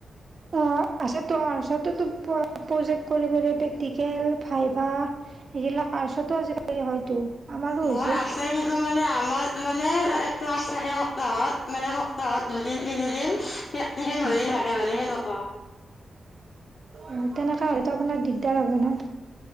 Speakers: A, on the right; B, on the left.
A: অ 'আছে ত' আৰ্টচতো প্ৰজেক্ট কৰিব দিয়ে প্ৰেক্টিকেল ভাইভা। এইবিলাক আর্টচতো আজিকালি হয়তো। আমাৰো
B: <unintelligible>
A: হৈছিল
B: <unintelligible>
A: <unintelligible>
B: <unintelligible>
A: অ' তেনেকা হ'লেতো আপোনাৰ দিগদাৰ হ'ব নহ।